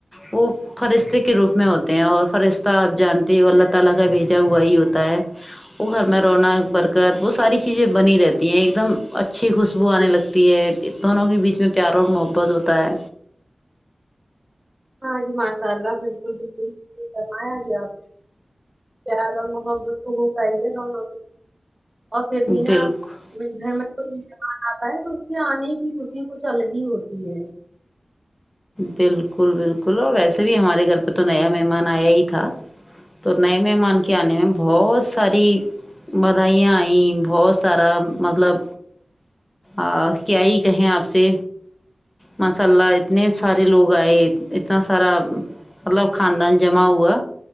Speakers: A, on the left (about 20°); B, on the right (about 25°).
A: وہ فرشتے کے روپ میں ہوتے ہیں اور فرشتے آپ جانتے ہو اللہ تعالی کا بھیجا ہوا ہی ہوتا ہے وہ گھر میں رونق برکت وہ ساری چیزیں بنی رہتی ہیں ایک دم اچھی خوشبو آنے لگتی ہے دونوں کے بیچ میں پیار اور محبت ہوتا ہے
B: ہاں جی ماشاء اللہ بالکل بالکل فرمایا جی آپ نے پیار اور محبت تو ہو پائی ہے ہم اور پھر بھی نا
A: بالکل
B: گھر میں کوئی مہمان آتا ہے تو اس کے آنے کی خوشی کچھ الگ ہی ہوتی ہے
A: بالکل بالکل اور ویسے بھی ہمارے گھر پہ تو نیا مہمان آیا ہی تھا تو نئے مہمان کے آنے میں بہت ساری بدھائیاں آئیں بہت سارا مطلب آ کیا ہی کہیں آپ سے بس للہ اتنے سارے لوگ آئے اتنا سارا مطلب خاندان جمع ہوا